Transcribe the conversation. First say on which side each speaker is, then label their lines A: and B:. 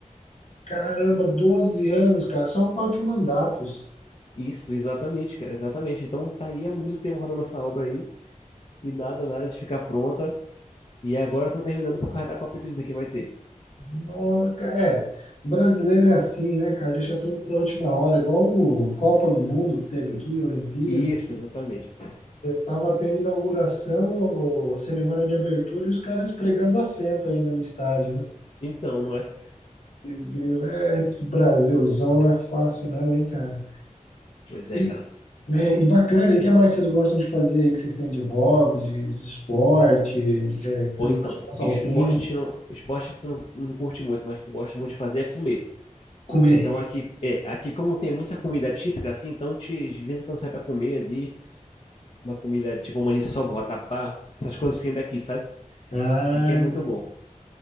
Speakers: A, on the left; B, on the left.
A: Caramba, 12 anos, cara. São quatro mandatos.
B: Isso, exatamente, cara, exatamente. Então tá aí há muito tempo rolando essa obra aí e nada, nada de ficar pronta. E agora eu tô terminando por causa da Copa Hídrica que vai ter.
A: No- É, brasileiro é assim, né, cara? Deixa tudo para última hora, igual o Copa do Mundo que teve aqui, Olimpíadas.
B: Isso, exatamente.
A: Tava tendo inauguração, ou cerimônia de abertura, e os caras pregando assento ainda no estádio, né?
B: Então, não é?
A: Eles grilam, É, esse Brasilzão não é fácil não, hein, cara?
B: Pois
A: E,
B: é, cara.
A: né, e bacana, e o que mais vocês gostam de fazer aí, que vocês têm de hobby, de, de esporte, é, que
B: Pô,
A: vocês
B: então,
A: gostam de passar
B: esporte
A: o tempo,
B: a gente não, esporte a gente não, não curte muito, mas o que gosta muito de fazer é comer.
A: comer?
B: Então aqui, é, aqui como tem muita comida típica, assim, então te, de vez em quando sai pra comer ali, uma comida tipo maniçoba, vatapá, essas coisas que tem daqui, sabe?
A: Ai,
B: E que é muito
A: ba-
B: bom.